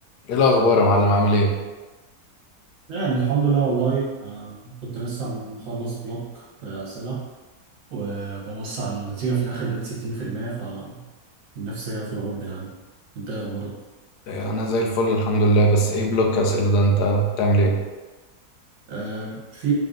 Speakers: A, on the left; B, on the right.
A: ايه الاخبار يا معلم عامل ايه
B: يعني الحمد لله والله آه، كنت لسه مخلص بلوك في أسئلة وببص على النتيجة في الآخر لقيت 60% فالنفسية في الأرض يعني أنت إيه أخبارك؟
A: إيه، انا زي الفل الحمد لله بس ايه بلوك اسئله ده انت بتعمل ايه
B: آه، في